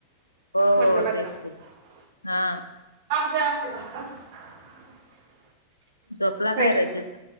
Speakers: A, on the left; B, on the right.
A: हो
B: मदन
A: हो
B: मदन.
A: तेच की हा
B: <unintelligible>
A: झोपला
B: होय
A: काय रचित.
B: तर